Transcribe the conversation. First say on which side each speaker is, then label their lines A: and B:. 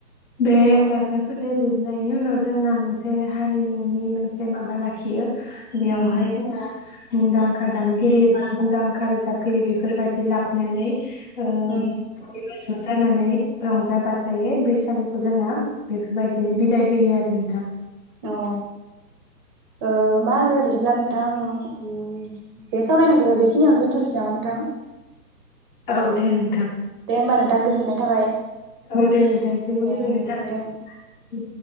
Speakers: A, on the left; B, on the right.
A: बे गार्जेनफोरना जोबनायनि उनाव जोंना मोनसे हारिमुनि मोनसे माबा लाखियो। बेयावहाय
B: उम
A: जोङो मुंदांखा दामगिरि बा मुंदांखा रोजाबगिरि बेफोरबायदि लाबोनानै ओ
B: उम
A: ज' जानानै रंजा बाजायै बैसागुखौ जोंना बेफोरबायदिनो बिदाय होयो आरो नोंथां।
B: अ ओ मा होनो बिदिब्ला नोंथां बे सावरायनायखो बेखिनियावनो दोनथ'नोसै नामा नोंथां?
A: औ दे नोंथां।
B: दे होमबा नोंथां गोजोननाय थाबाय।
A: औ दे नोंथांमसिबो
B: दे
A: गोजोननाय
B: गोजोन्थों
A: थाबाय।